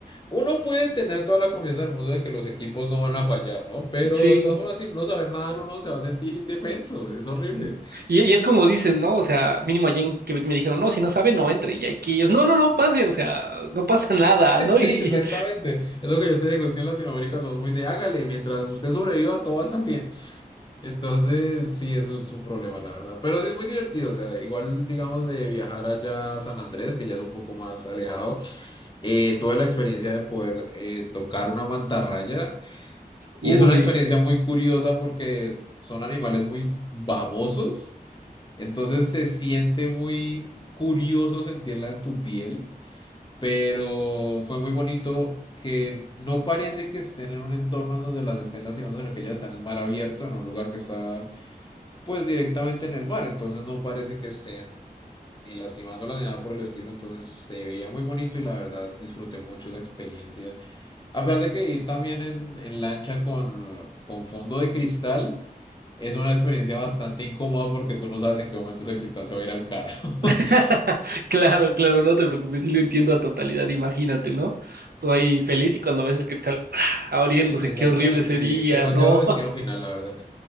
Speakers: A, on the left; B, on the right.
A: uno puede tener toda la confianza del mundo de que los equipos no van a fallar, ¿no? Pero
B: Sí.
A: de todas formas, sin no saber nadar, uno se va a sentir indefenso, es horrible.
B: Y,
A: <laughs>
B: y es como dicen, ¿no? O sea, mínimo allí en Quebec me dijeron, no, si no sabe, no entre. Y aquí ellos, no, no, no, pase, o sea, no pasa nada, ¿no?
A: Sí,
B: Y,
A: exactamente,
B: y-
A: es lo que yo te digo, es que en Latinoamérica somos muy de hágale, mientras usted sobreviva, todo va a estar bien. Entonces, sí, eso es un problema, la verdad. Pero sí es muy divertido, o sea, igual, digamos, de viajar allá a San Andrés, que ya es un poco más alejado, eh, tuve la experiencia de poder eh, tocar una mantarraya y
B: uy.
A: es una experiencia muy curiosa porque son animales muy babosos, entonces se siente muy curioso sentirla en tu piel, pero fue muy bonito. que no parece que estén en un entorno en donde las estén lastimando, sino que ellas están en mar abierto, en un lugar que está pues directamente en el mar, entonces no parece que estén ni lastimándola ni nada por el estilo, entonces se veía muy bonito y la verdad disfruté mucho la experiencia. A pesar de que ir también en, en lancha con, con fondo de cristal es una experiencia bastante incómoda porque tú no sabes en qué momento ese cristal se va a ir al cara.
B: <laughs>
A: <laughs>
B: Claro, claro, no te preocupes, sí lo entiendo a totalidad, imagínate, ¿no? Tú ahí feliz y cuando ves el cristal ¡ah!, abriéndose,
A: Exactamente,
B: qué horrible sería,
A: sí, demasiado
B: no.
A: destino final, la verdad.